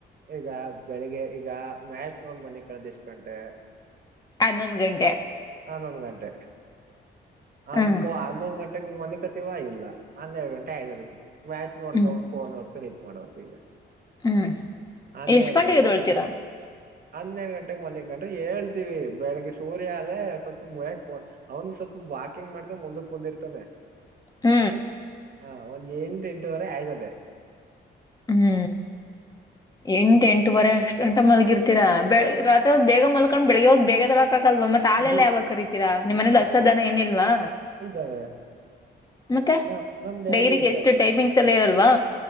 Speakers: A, on the right; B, on the left.
A: ಈಗ ಬೆಳಿಗ್ಗೆ ಈಗ ಮ್ಯಾಚ್ ನೋಡ್ ಮಲ್ಕಾಲಾದು ಎಷ್ಟು ಗಂಟೆ
B: ಹನ್ನೊಂದು ಗಂಟೆ
A: ಹನ್ನೊಂದು್ಗಂಟೆ ಹನ್ನೊಂದುಗಂಟೆ
B: ಹ್ಮ್
A: ಮಲ್ಕೋತಿವಾ ಇಲ್ಲ ಹನ್ನೆರಡು ಗಂಟೆ ಆ ಮ್ಯಾಚ್ ನೋಡ್ಕ
B: ಹ್ಮ್
A: ಒ್ ೋ ನೋಡ್ ಖರೀದ ಮಾಡವತ್ತು ಈಗ
B: ಹ್ಮ್
A: ಹನ್ನೆರಡು
B: ಎಷ್ಟ್ ಗಂಟೆಗೆ
A: ಗಂಟೆ
B: ಎದ್ದೊಳ್ತೀರಾ
A: ಹನ್ನ ಗಂಟೆಗೆ ಮನೆ ಗಂಟ್ರೆ ಹೇಳ್ತೀವಿ ಬೆಳಿಗ್ಗೆ ಸೂರ್ಯ ಅಲೆ ಸ್ವಲ್ಪ ಮ ಅವ್ನು ಸ್ವಲ್ಪ ಬಾ ಚಕ್ಕಿಂಗ್ ಮಾಡ್ದ ಮುಂದಕ್ ಕುಂದಿರ್ತಾನೆ
B: ಹೂ
A: ಹಾ ಒಂದ್ ಎಂಟು ಎಂಟುವರೆ ಆಯ್ತದೆೇ
B: ಹೂ ಎಂಟ ಎಂಟುವರೆ ಅಷ್ಟ್ ಗಂಟ ಮಲಗಿರ್ತೀರಾ ಬೆಳಗ್ಗೆ ರಾತ್ರಿ ಬೇಗ ಮಲ್ಕೊಂಡ್ ಬೆಳಗ್ಗೆೋಗ ಬೇಗದರ ಹಕಲ್ವಾ ಮತ್ತತ್ ಆಾಲೆಲ್ಲ
A: ಈ
B: ಯಾವಾಗ ಕರೀತೀರಾ ನಿಮ್ಮ್ನ ದಸಧನ
A: ಆ
B: ಏನಿಲ್ವಾ
A: ಇದ್ದಾವೆ
B: ಮತ್ತೆ
A: ನ ನಮ್ ಡ್ಯಾಡಿ
B: ಡೈರಿಗೆ
A: ಇದೆ
B: ಎಷ್ಟು ಟೈಪಿಂಗ್ಸ್ ಎಲ್ಲ ಇರಲ್ವಾ